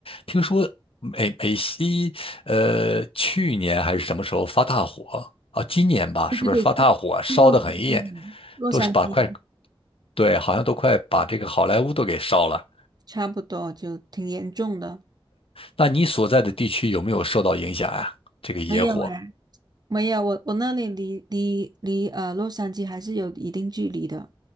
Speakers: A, on the left; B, on the right.
A: 听说美美西呃去年还是什么时候发大火啊？今年吧，
B: 对对对，
A: 是不是发大火烧得很严，
B: 是是洛杉矶啊，洛杉矶啊
A: 都是把快，对，好像都快把这个好莱坞都给烧了。
B: 差不多，就挺严重的。
A: 那你所在的地区有没有受到影响呀、这个野火？
B: 没有哎，没有，我我那里离离离呃洛杉矶还是有一定距离的。